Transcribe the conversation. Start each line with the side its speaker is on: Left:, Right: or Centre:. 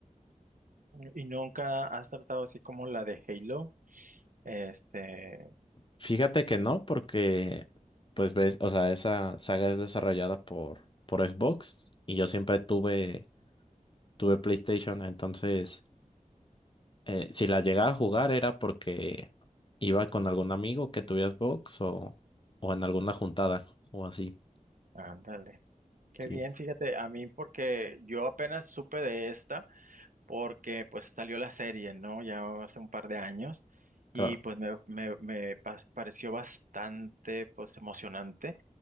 Right: ¿Y nunca has tratado así como la de Halo? Este,
Left: Fíjate que no, porque, pues ves, o sea, esa saga es desarrollada por, por Xbox y yo siempre tuve, tuve PlayStation, entonces, eh, si la llegaba a jugar era porque iba con algún amigo que tuviera Xbox o, o en alguna juntada o así.
Right: ándale. Qué
Left: Sí,
Right: bien, fíjate, a mí porque yo apenas supe de esta, porque pues salió la serie, ¿no? Ya hace un par de años
Left: claro,
Right: y pues me, me, me pa- pareció bastante pues emocionante